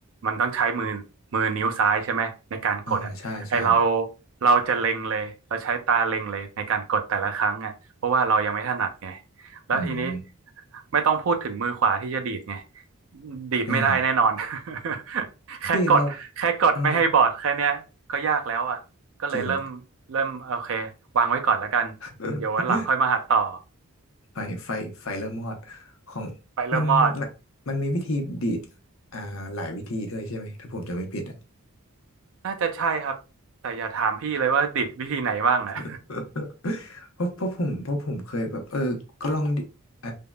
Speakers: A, on the right; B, on the left.
A: มันต้องใช้มือมือนิ้วซ้ายใช่ไหมในการกดอ่ะไอเรา
B: อ่าใช่ใช่
A: เราจะเล็งเลยเราใช้ตาเล็งเลยในการกดแต่ละครั้งอ่ะเพราะว่าเรายังไม่ถนัดไงแล้วทีนี้
B: อืม
A: ไม่ต้องพูดถึงมือขวาที่จะดีดไงดีดไม่ได้แน่นอน
B: เออ
A: <laughs> แค่กดแค่กดไม่ให้บอดแค่เนี้ยก็ยากแล้วอ่ะก็เลยเริ่ม
B: พี่เราเออจริง
A: เริ่มโอเควางไว้ก่อนแล้วกัน
B: <laughs>
A: เดี๋ยววันหลังค่อยมาหัดต่อ
B: ไฟไฟไฟเริ่มมอดของ
A: ไปเริ่มมอด
B: มันมันมันมีวิธีดีดอ่าหลายวิธีด้วยใช่ไหมถ้าผมจะไม่ผิดอะ
A: น่าจะใช่ครับแต่อย่าถามพี่เลยว่าดิดวิธีไหนบ้างอ่ะ
B: <laughs> เพราะเพราะผมเพราะผมเคยแบบเออก็ลองดิไอ